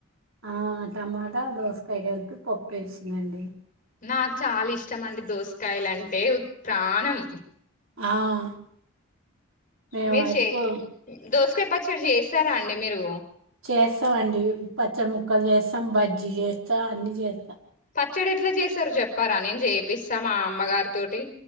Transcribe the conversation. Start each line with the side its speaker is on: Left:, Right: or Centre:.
Right: ఆ టమాటా దోసకాయ కలిపి పప్పు వేసిందండి
Left: నాకు చాలా ఇష్టం అండి దోసకాయలు అంటే ప్రాణం
Right: ఆ మేము
Left: మీరు చే
Right: ఎక్కువ
Left: దోసకయ పచ్చడు చేస్తారా అండి మీరు
Right: చేస్తాం అండి పచ్చ ముక్కలు చేస్తాం బజ్జి చేస్తాం అన్ని చేస్తాం
Left: పచ్చడి ఎట్లా చేశారు చెప్పారా నేను చేపిస్తా మా అమ్మగారితోటి